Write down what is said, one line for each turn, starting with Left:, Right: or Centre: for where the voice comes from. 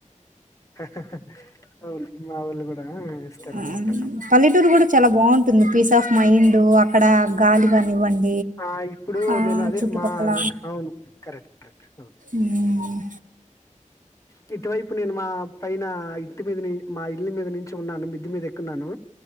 Left: అహా హాఅవును మా వొళ్ళు కూడా ఇస్తారన్నమాట
Right: ఆ, పల్లెటూరు కూడా చాలా బాగుంటుంది పీస్ ఆఫ్ మైండ్ అక్కడ గాలి కానివ్వండి
Left: అహ్ ఇప్పుడు
Right: ఆ
Left: నేను అదే
Right: చుట్టుపక్కల
Left: మా అవును కరెక్ట్ అవును
Right: ఉమ్,
Left: <inaudible> ఇటువైపు నేను మా పైన ఇంటి మీద మా ఇల్లు మీద నుంచి ఉన్నాను మీ ద్ద మీద ఎక్కున్నాను